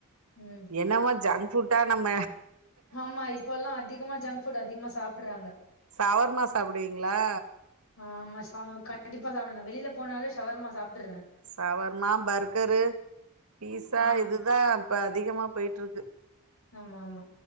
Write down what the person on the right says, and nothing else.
என்னவோ ஜங்க் புட்டா நம்ம
சவர்மா சாப்டுவிங்களா
சவர்மா பர்கரு பீஸா
இதுதா இப்ப அதிகமா போயிட்டு இருக்கு